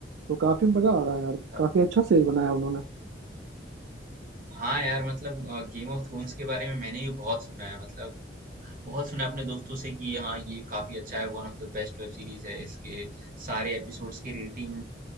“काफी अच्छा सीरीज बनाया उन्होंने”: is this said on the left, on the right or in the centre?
Right